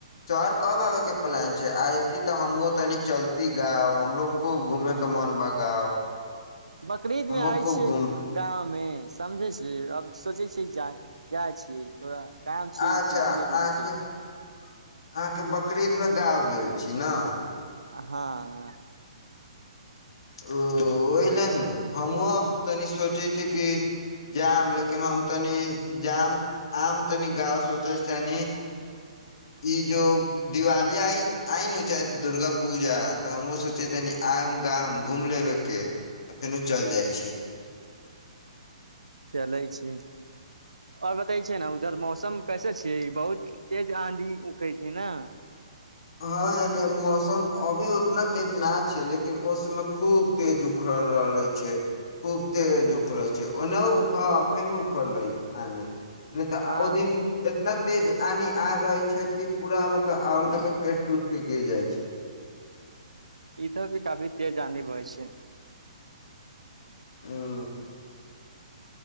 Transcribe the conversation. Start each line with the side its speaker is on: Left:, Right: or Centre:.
Left: शहर कब आबेके प्लान छै, आय एती ते हमहुवो तनि चलती गाँव हमरो खूब घूमे के मन बा गाँव।
Right: बकरीद
Left: हमहुँ
Right: मे आय
Left: खूब
Right: छी
Left: घूम
Right: गाँव मे समझै छी अब सोचै छीये जाय, जाय छियै थोड़ा काम छै
Left: अच्छा
Right: तऽ इसीलिए
Left: अहाँके,
Right: रुकै छै
Left: अहाँके बकरीद मे गाँव गेल छी ने।
Right: हाँ।
Left: उ ओय लएनु हमहुवो अब तनि सोचै छी कि जाब लेकिन हम तनि जाब आम तनि गाँव सोचै छनि। ई जो दिवाली आइ आइनु चाहे दुर्गा पूजा तऽ हमहूँ सोचै तनि आउ गाम घुम लेबैके आ फेनु चल जाय छी।
Right: चलै छी। और बताई छै ने उधर मौसम कैसे छी बहुत तेज आंधी उखै छै ना।
Left: हाँ इन्ने मौसम अभी उतना तेज ना छै लेकिन ओ समय खूब तेज उखड़ल रहले छै। खूब तेज उखरै छै ओनहु हाँ फेनु उखड़लै आने। ने तऽ
Right: हँ
Left: ओ दिन एतना तेज आनी आ रहे छै की पूरा मतलब और मतलब पेड़ टूट के गिर जाय छै।
Right: इधर भी काफी तेज आंधी बहे छै।
Left: उम्म।